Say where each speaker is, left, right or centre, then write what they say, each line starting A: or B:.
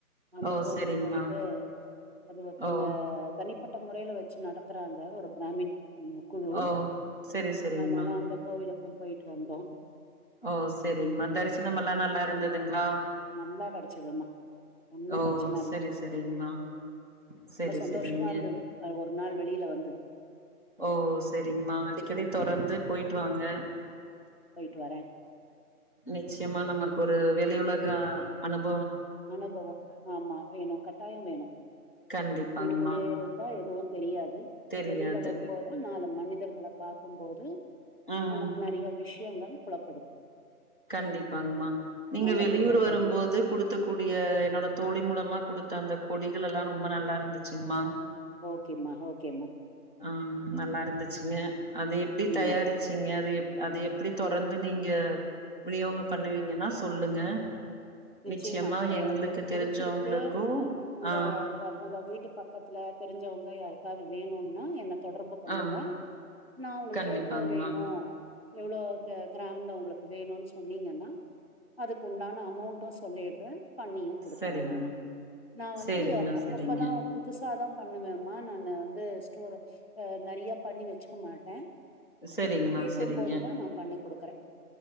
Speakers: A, on the right; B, on the left.
A: அந்த
B: ஓ
A: கோவில்
B: செரிங்மா
A: போயிட்டு அது ஒருத்தவங்க
B: ஓ
A: தனி ப்பட்ட முறைல்ல வச்சு நடத்துறாங்க ஒரு பிராமின் குழு
B: ஓ செரி செரிங்மா
A: அதனால அந்த கோவிலுக்கும் போயிட்டு வந்தோம்
B: ஓ செரிங்கமா தரிசனம் எல்லாம் நல்லா இருந்ததுங்களா
A: ஒரு நல்லா கெடச்சதும்மா ஒன்னு
B: ஓ
A: பிரச்சன இல்ல
B: செரி செரிங்க மா செரி
A: ரொம்ப சந்தோஷமா
B: செரிங்க
A: இருந்தது அஹ் ஒரு நாள் வெளியில வந்தது
B: ஓ செரிங்கமா அடிக்கடி தொடர்ந்து
A: ம்,
B: போயிட்டு வாங்க
A: போயிட்டு வரேன்
B: நிச்சயமா நமக்கு ஒரு வெளி உலகம் அனுப
A: அனுபவம் ஆமா வேணும் கட்டாயம் வேணும்
B: கண்டிப்பாங்மா
A: வீட்டுக்குள்ளயே இருந்தா எதுவும் தெரியாது
B: தெரியாது
A: வெளியில வரும்போதுதான் நாளை மனிதர்கள பார்க்கும் போது
B: ம்
A: நமக்கு நெறையா விஷ் யங்கள் குழப்
B: கண்டிப்பாங்மா நீங்க
A: நல்லது
B: வெளியூர்
A: கெட்டது
B: வரும்போது குடுத்த கு கூடிய என்னோட தோழி மூலமா குடுத்த அந்த பொடிகளலலா ரொம்ப நல்லா இருந்துச்சுங்கமா
A: ஓகேம்மா ஓகேம்மா
B: ஆ நல்லா இருந்துச்சுங்க அது எப்டி தயாரிச்சிங்க
A: ம்
B: அது எப் அது எப்டி தொடர்ந் ந்து நீங்க விநியோகோ பண்ணுவீங்கனா சொல்லுங்க
A: நிச்சியமா
B: நிச்சயமா
A: அது
B: எங்களுக்கு
A: உங்களுக்கு புடிச்சிருக்கு
B: தெரிஞ்சவங்களுக்கு
A: உங்க
B: ஆ
A: உங்க வீட் வீட்டு பக்கத்துல தெரிஞ்சவங் யாருக்காவது வேணும்னா என்ன தொடர்பு கொள்ளுங்க
B: ஆ
A: நா உங்களுக்கு
B: கண்டிப்பாங்மா
A: எவ்லோ வேணு எவ்ளோ கிராம்ல உங்களுக்கு வேணும்னு சொன்னீங்கன்னா அதுக்கு உண்டான அமௌண்ட் டோ சொல்லிட்றே பண்ணியு குடுக்குறே
B: சரிங்மா
A: நானு நா வந்து
B: சரிங்மா
A: அப்பப்பதா
B: சரிங்க
A: புதுசாதா பண்ணுவேமா நானு வந்து ஸ்டோர் நறைய பண்ணி வச்சுக்க மாட்டே
B: சரிங்மா
A: கேக்கும்போதுதா
B: சரிங்க
A: நா பண்ணி குடுக்குறே